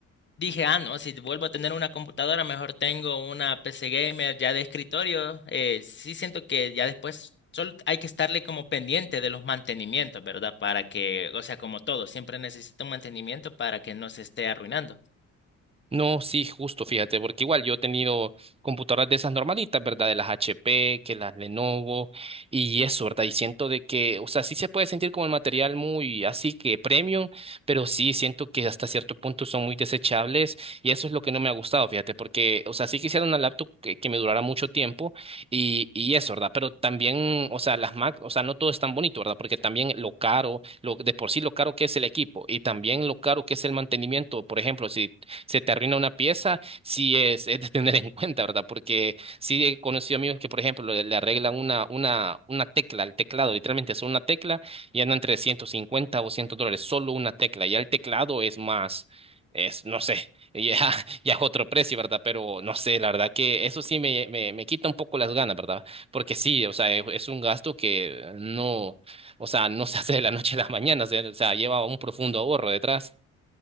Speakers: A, on the left; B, on the right.
A: Dije, ah, no, si vuelvo a tener una computadora, mejor tengo una PC gamer ya de escritorio. Eh, sí siento que ya después solo hay que estarle como pendiente de los mantenimientos, ¿verdad? Para que, o sea, como todo, siempre necesita un mantenimiento para que no se esté arruinando.
B: No, sí, justo, fíjate, porque igual yo he tenido computadoras de esas normalitas, ¿verdad? De las HP, que las Lenovo y eso, ¿verdad? Y siento de que, o sea, sí se puede sentir como el material muy así que premium, pero sí siento que hasta cierto punto son muy desechables y eso es lo que no me ha gustado, fíjate, porque, o sea, sí quisiera una laptop que, que me durara mucho tiempo y, y eso, ¿verdad? Pero también, o sea, las Mac, o sea, no todo es tan bonito, ¿verdad? Porque también lo caro, lo, de por sí lo caro que es el equipo y también lo caro que es el mantenimiento, por ejemplo, si se te arruina una pieza, sí es, es de tener en cuenta, ¿verdad? Porque sí he conocido amigos que, por ejemplo, le, le arreglan una, una, una tecla al teclado, literalmente solo una tecla, y andan entre 150 o 100 dólares, solo una tecla. Ya el teclado es más, es, no sé, ya, <laughs> ya es otro precio, ¿verdad? Pero no sé, la verdad que eso sí me, me, me quita un poco las ganas, ¿verdad? Porque sí, o sea, es, es un gasto que no, o sea, no <laughs> se hace de la noche a la mañana, se- o sea, lleva un profundo ahorro detrás.